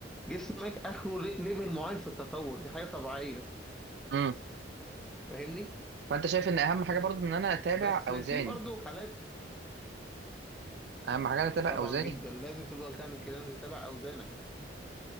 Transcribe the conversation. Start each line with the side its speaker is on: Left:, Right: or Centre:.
Centre: جسمك اخره لي- ليفل معين في التطور دي حاجه طبيعيه
Right: امم
Centre: فاهمني
Right: فانت شايف ان اهم حاجه برضو ان انا اتابع
Centre: بس
Right: اوزاني
Centre: في برضه حالات
Right: اهم حاجه انا اتابع
Centre: طبعا
Right: اوزاني
Centre: جدا لازم تفضل تعمل كده لازم تتابع اوزانك